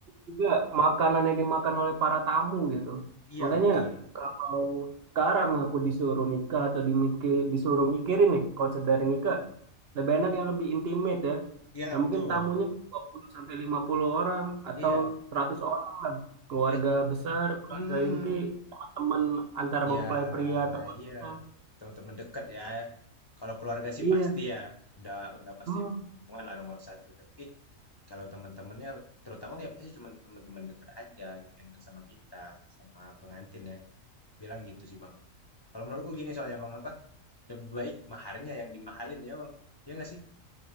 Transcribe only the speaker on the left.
iya
betul.
Iya
betul.
Iya,
ya.
Hmm,
ya,
iya. Teman-teman dekat ya. Kalau keluarga sih
pasti ya, udah udah pasti
masuk hitungan lah nomor satu. Tapi kalau teman-temannya, terutama ya pasti cuma teman-teman dekat aja gitu yang dekat sama kita, sama pengantin ya. Bisa dibilang gitu sih bang. Kalau menurutku gini soalnya bang apa? Lebih baik maharnya yang dimahalin ya bang. Iya nggak sih?